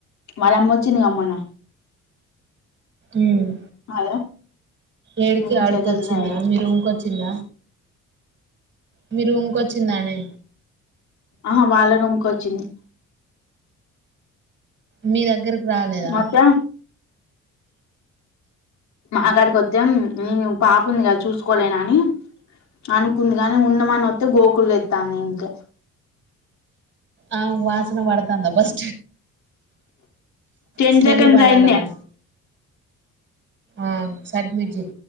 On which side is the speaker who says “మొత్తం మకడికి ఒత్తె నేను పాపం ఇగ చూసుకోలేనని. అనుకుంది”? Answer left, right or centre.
Left